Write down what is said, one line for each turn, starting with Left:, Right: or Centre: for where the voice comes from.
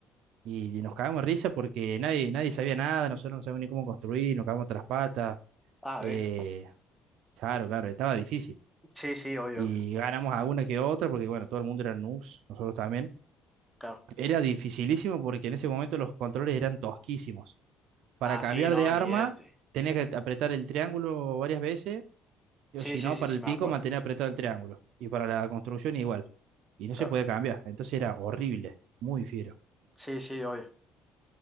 Right: Y, y nos cagamos de risa porque nadie, nadie sabía nada, nosotros no sabíamos ni cómo construir, nos cagamos tras las patas.
Centre: Ah,
Right: eh,
Centre: bien.
Right: claro, claro, estaba difícil.
Centre: Sí, sí, obvio,
Right: Y
Centre: obvio.
Right: ganamos alguna que otra porque, bueno, todo el mundo era noobs, nosotros también.
Centre: Claro.
Right: Era dificilísimo porque en ese momento los controles eran tosquísimos. Para
Centre: Ah,
Right: cambiar
Centre: sí, no,
Right: de
Centre: olvídate.
Right: arma, tenía que apretar el triángulo varias veces, o
Centre: Sí,
Right: si
Centre: sí,
Right: no,
Centre: sí,
Right: para
Centre: sí,
Right: el
Centre: me
Right: pico,
Centre: acuerdo.
Right: mantener apretado el triángulo. Y para la construcción, igual. Y no
Centre: Claro.
Right: se podía cambiar. Entonces era horrible, muy fiero.
Centre: Sí, sí, obvio.